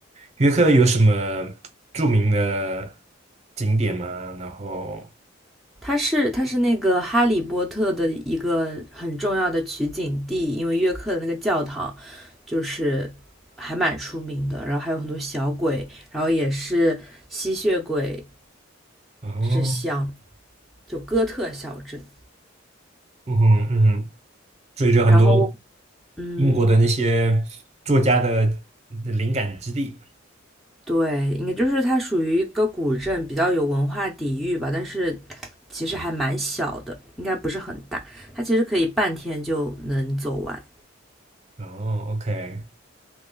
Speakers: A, on the right; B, in the centre.
A: 约克有什么著名的景点吗？然后，
B: 它是它是那个《哈利波特》的一个很重要的取景地，因为约克的那个教堂就是还蛮出名的，然后还有很多小鬼，然后也是吸血鬼
A: 哦，
B: 之乡，就哥特小镇。
A: 嗯哼嗯哼，所以就很多
B: 然后，嗯，
A: 英国的那些作家的灵感之地。
B: 对，应该就是它属于一个古镇，比较有文化底蕴吧，但是其实还蛮小的，应该不是很大，它其实可以半天就能走完。
A: 哦，OK，